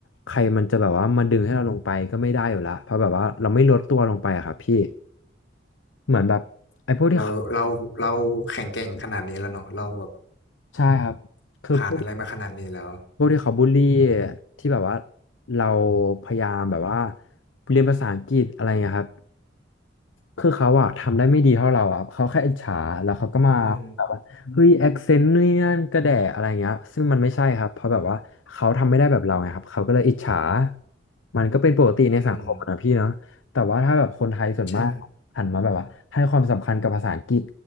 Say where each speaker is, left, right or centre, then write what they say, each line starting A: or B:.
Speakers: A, on the left; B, on the left.
A: ใครมันจะแบบว่ามาดึงให้เราลงไปก็ไม่ได้อยู่ละเพราะแบบว่าเราไม่ลดตัวลงไปอะครับพี่เหมือนแบบไอ้พวกที่เขา
B: เราเราเราแข็งแกร่งขนาดนี้แล้วเนาะเราแบบ
A: ใช่ครับคือพวก
B: ผ่านอะไรมาขนาดนี้แล้ว
A: พวกที่เขาบูลลี่ที่แบบว่าเราพยายามแบบว่าเรียนภาษาอังกฤษอะไรเงี้ยครับคือเขาอะทำได้ไม่ดีเท่าเราอะเขาแค่อิจฉาแล้วเขาก็มาแบบว่าเฮ้ยแอคเซนต์เนี่ยนกระแดะอะไรเงี้ยซึ่งมันไม่ใช่ครับเพราะแบบว่าเขาทำไม่ได้แบบเราไงครับเขาก็เลยอิจฉา
B: อืม
A: มันก็เป็นปกติในสังคมอะนะพี่เนาะแต่ว่าถ้าแบบคนไทยส่วนมากหันมาแบบว่าให้ความสำคัญกับภาษาอังกฤษ
B: อืมใช่